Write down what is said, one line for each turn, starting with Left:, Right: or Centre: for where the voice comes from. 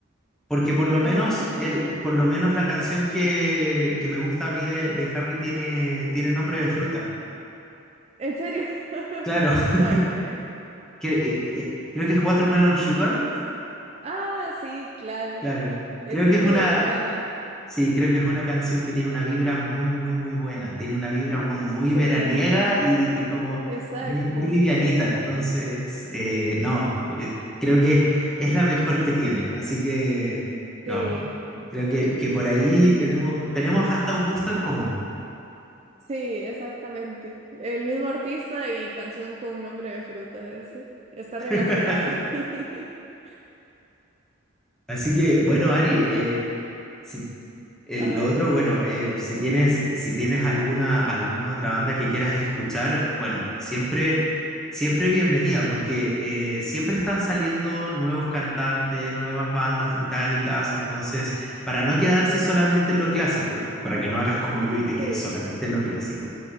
Centre: Porque por lo menos,
Right: Ajá.
Centre: el, por lo menos la canción que, que me gusta a mí de, de Harry tiene, tiene nombre de fruta.
Right: ¿En serio? <laughs>
Centre: Claro, <laughs>
Right: ¿Cuál? eh?
Centre: que, eh, eh, creo que es Watermelon Sugar.
Right: Ah, sí, claro.
Centre: Claro,
Right: Es
Centre: creo
Right: muy
Centre: que es una,
Right: buena.
Centre: Sí, creo que es una canción que tiene una vibra muy, muy, muy buena. Tiene una vibra como muy
Right: Sí,
Centre: veraniega y, y como
Right: exacto.
Centre: muy, muy livianita. Entonces, eh, no, eh, creo que es la mejor que tiene. Así que, no,
Right: Sí,
Centre: creo que, que por ahí tenemos, tenemos hasta un gusto en común.
Right: sí, exactamente. El mismo artista y canción con nombre de fruta ese. Está
Centre: <laughs>
Right: relacionado ahí. <laughs>
Centre: Así que, bueno,
Right: No,
Centre: Ari,
Right: pero sí.
Centre: eh, Si, el-
Right: Ajá.
Centre: lo otro, bueno, eh, si tienes, si tienes alguna, alguna otra banda que quieras escuchar, bueno, siempre, siempre bienvenida, porque eh, siempre están saliendo nuevos cantantes, nuevas bandas británicas, entonces, para no quedarse solamente en lo clásico, para que no hagas como yo y te quedes
Right: Sí.
Centre: solamente en lo clásico,